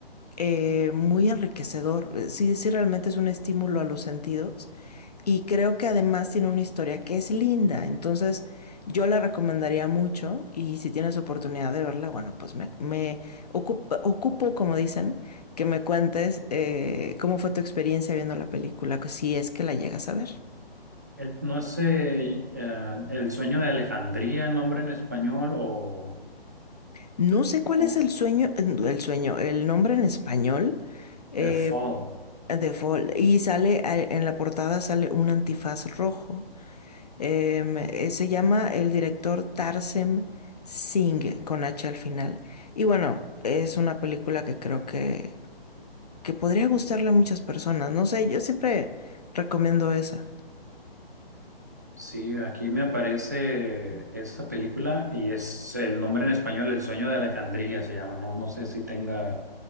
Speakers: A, on the left; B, on the right.
A: eh, muy enriquecedor. Eh, Sí, sí, realmente es un estímulo a los sentidos. Y creo que además tiene una historia que es linda. Entonces, yo la recomendaría mucho. Y si tienes oportunidad de verla, bueno, pues me, me ocup- ocupo, como dicen, que me cuentes eh, cómo fue tu experiencia viendo la película, que si es que la llegas a ver.
B: El, no sé, eh, El sueño de Alejandría, el nombre en español, o
A: No sé cuál
B: co-
A: es el sueño, eh, el sueño, el nombre en español eh,
B: The Fall.
A: de Fall. Y sale eh, en la portada sale un antifaz rojo. Em, eh, se llama el director Tarsem Singh con H al final. Y bueno, es una película que creo
B: Eh,
A: que, que podría gustarle a muchas personas. No sé, yo siempre recomiendo esa.
B: Sí, aquí me aparece esa película y es el nombre en español, El sueño de Alejandría se llama. No, no sé si tenga